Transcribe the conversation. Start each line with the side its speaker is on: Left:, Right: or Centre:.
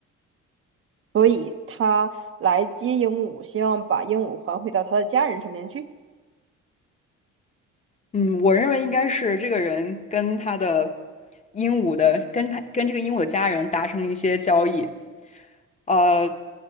Right: 所以他来接鹦鹉，希望把鹦鹉还回到他的家人身边去。
Left: 嗯，我认为应该是这个人跟他的鹦鹉的，跟他跟这个鹦鹉的家人达成一些交易，呃，